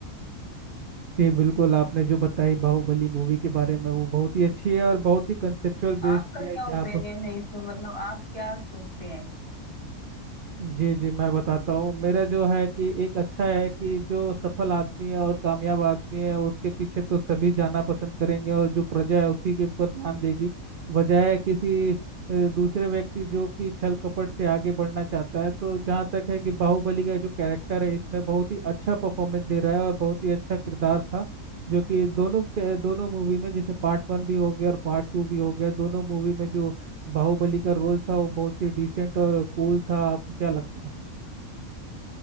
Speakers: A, on the right; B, on the left.
A: जी बिल्कुल आपने जो बताई बाहुबली मूवी के बारे में वो बहुत ही अच्छी है और बहुत ही कंसेप्चुअल
B: आपका
A: बेस्ड पे
B: क्या
A: है जहाँ
B: ओपिनियन
A: पर
B: है इसमें मतलब आप क्या सोचते हैं
A: जी जी मैं बताता हूँ मेरा जो है कि एक अच्छा है कि जो सफल आदमी है और कामयाब आदमी है उसके पीछे तो सभी जाना पसंद करेंगे और जो प्रजा है उसी के ऊपर ध्यान देगी बजाय किसी अ, दूसरे व्यक्ति जो कि छल कपट से आगे बढ़ना चाहता है तो जहाँ तक है कि बाहुबली का जो कैरेक्टर है इसमें बहुत ही अच्छा परफॉर्मेंस दे रहा है और बहुत ही अच्छा किरदार था जो कि दोनों के- दोनों मूवी में जैसे पार्ट वन भी हो गया और पार्ट टू भी हो गया दोनों मूवी में जो बाहुबली का रोल था वो बहुत ही डिसेंट और कूल था आपको क्या लगता है